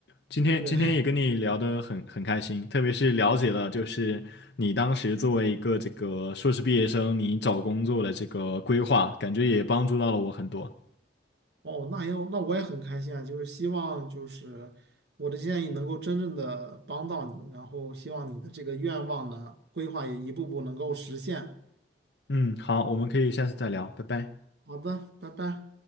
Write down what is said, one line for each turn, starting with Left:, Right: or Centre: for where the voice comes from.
Left: 今天今天也跟你聊得很很开心，
Right: <laughs> 对，
Left: 特别是了解了就是你当时作为一个这个硕士毕业生，你找工作的这个规划，感觉也帮助到了我很多。
Right: 哦，那也那我也很开心啊，就是希望就是我的建议能够真正的帮到你，然后希望你的这个愿望呢，规划也一步步能够实现。
Left: 嗯，好，我们可以下次再聊，拜拜。
Right: 好的，拜拜。